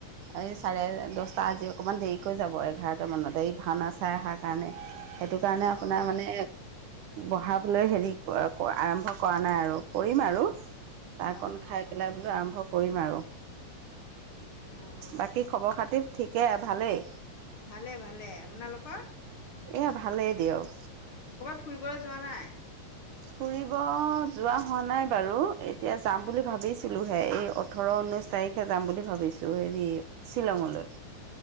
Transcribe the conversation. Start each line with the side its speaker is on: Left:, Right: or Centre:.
Right: এই চাৰে দহটা আজি অকণমান দেৰিকৈ যাব এঘাৰটা মানত এই ভাওনা চাই অহাৰ কাৰণে। সেইটো কাৰণে আপোনাৰ
Left: অঁ
Right: মানে বঢ়াবলৈ হেৰি আৰম্ভ কৰা নাই আৰু। কৰিম আৰু চাহকণ
Left: অঁ অঁ
Right: খাই পেলাইলৈ আৰম্ভ কৰিম আৰু।
Left: অঁ
Right: বাকী খবৰ খাতি ঠিকে ভালেই।
Left: ভালে ভালে আপোনালোকৰ।
Right: এয়া ভালেই দিয়ক।
Left: ক'ৰবাত ফুৰিবলৈ যোৱা নাই।
Right: ফুৰিব যোৱা হোৱা নাই বাৰু এতিয়া যাম বুলি ভাবিছিলো। পলোহে এই ওঠৰ ঊনৈছ তাৰিখে যাম বুলি ভাবিছোঁ হেৰি শ্বিলঙলৈ।